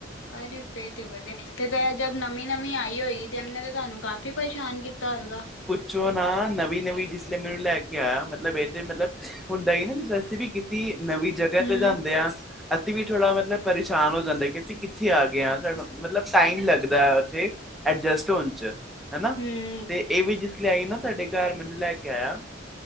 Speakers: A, on the left (about 75°); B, in the centre.
A: ਅਰੇ ਫਿਰ ਤੇ ਵਧੀਆ, ਤੇ ਜ ਜਬ ਨਵੀਂ -ਨਵੀਂ ਆਈ ਹੋਏਗੀ ਤੇ ਇਹਨੇ ਤਾਂ ਤੁਹਾਨੂੰ ਕਾਫੀ ਪਰੇਸ਼ਾਨ ਕੀਤਾ ਹੋਏਗਾ?
B: ਛੋ ਨਾ ਨਵੀਂ- ਨਵੀਂ ਜਿਸ ਦਿਨ ਮੈ ਇਹਨੂੰ ਲੈ ਕੇ ਆਇਆ ਮਤਲਬ ਇਹ ਤੇ ਮਤਲਬ ਹੁੰਦਾ ਈ ਨਾ ਅਸੀਂ ਵੀ ਕੀ ਸੀਂ ਨਵੀਂ ਜਗ੍ਹਾ
A: ਹਮ
B: ਤੇ ਜਾਂਦੇ ਆ ਅਸੀਂ ਵੀ ਥੋੜ੍ਹਾ ਮਤਲਬ ਪਰੇਸ਼ਾਨ ਹੋ ਜਾਂਦੇ ਕਿ ਅਸੀਂ ਕਿੱਥੇ ਆ ਗਏ ਆ, ਸਾਨੂੰ ਮਤਲਬ ਟਾਈਮ ਲੱਗਦਾ ਉੱਥੇ ਐਡਜਸਟ ਹੋਣ ਚ ਹਨਾ,
A: ਹਮ
B: ਤੇ ਇਹ ਵੀ ਜਿਸ ਲਈ ਆਈ ਨਾ ਸਾਡੇ ਘਰ ਮੈਨੂੰ ਲੈ ਕੇ ਕੇ ਆਇਆ,